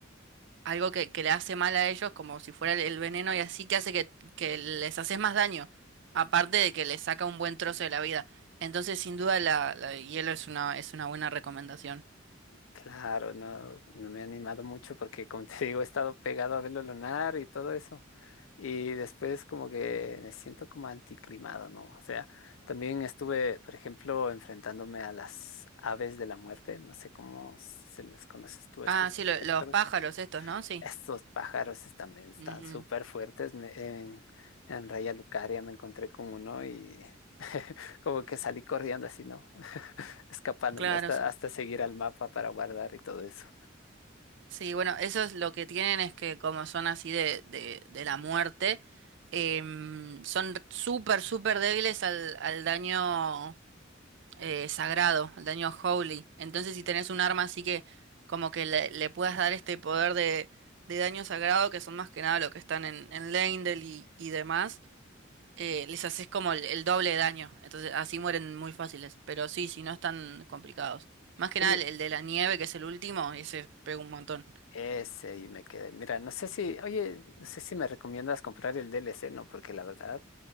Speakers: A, on the right (about 65°); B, on the left (about 80°).
A: algo que, que le hace mal a ellos, como si fuera el, el veneno y así que hace que, que les haces más daño, aparte de que les saca un buen trozo de la vida. Entonces, sin duda, la, la de hielo es una, es una buena recomendación.
B: claro, no, no me he animado mucho porque, como te <laughs> digo, he estado pegado a verlo lunar y todo eso. Y después como que me siento como anticlimado, ¿no? O sea, también estuve, por ejemplo, enfrentándome a las aves de la muerte, no sé cómo se les conoces tú estos
A: Ah, sí,
B: espectros.
A: lo- los pájaros estos, ¿no? Sí.
B: Estos pájaros están, bien- están
A: Ujú.
B: súper fuertes. me- en, en Raya Lucaria me encontré con uno y <laughs> como que salí corriendo así, ¿no? <laughs> Escapándome
A: Claro,
B: hasta,
A: sí.
B: hasta seguir al mapa para guardar y todo eso.
A: Sí, bueno, eso es lo que tienen es que como son así de, de, de la muerte, em, son súper, súper débiles al, al daño eh, sagrado, al daño holy. Entonces si tenés un arma así que como que le, le puedas dar este poder de, de daño sagrado, que son más que nada lo que están en, en Leyndell y, y demás, eh, les haces como el, el doble de daño. Entonces así mueren muy fáciles, pero sí, si no están complicados. Más que nada
B: Oye,
A: el, el de la nieve, que es el último, ese pega un montón.
B: ese y me quedé. Mira, no sé si, oye, no sé si me recomiendas comprar el DLC, ¿no? Porque la verdad